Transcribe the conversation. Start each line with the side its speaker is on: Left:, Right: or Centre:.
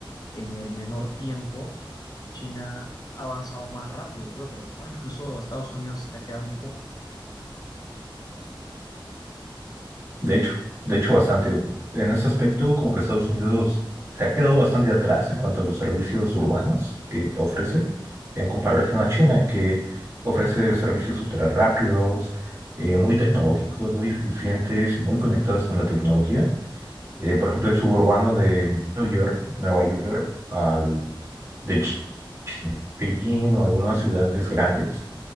Left: en el menor tiempo China ha avanzado más rápido que otros, ¿no? Incluso Estados Unidos se está quedando un poco.
Right: de hecho, de hecho bastante. En ese aspecto, como que Estados Unidos se ha quedado bastante atrás en cuanto a los servicios urbanos que ofrece, en comparación a China, que ofrece servicios ultra rápidos, eh, muy tecnológicos, muy eficientes y muy conectados con la tecnología. Eh, por ejemplo, el suburbano de New York, Nueva York, al de Ch- Beijing o algunas ciudades grandes